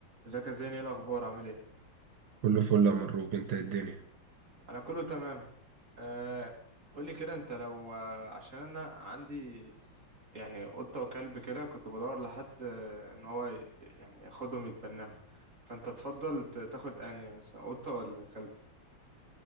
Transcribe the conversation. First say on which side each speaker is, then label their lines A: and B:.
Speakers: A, on the right; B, on the right.
A: ازيك يا زين ايه الاخبار عامل ايه
B: كله فل يا مروج انت ايه الدنيا
A: انا كله تمام آه قولي كده انت لو آه عشان انا عندي يعني قطة وكلب كده كنت بدور لحد آه ان هو ي- يعني ياخدهم يتبناهم فانت تفضل ت- تاخد انهي مثلا قطة ولا كلب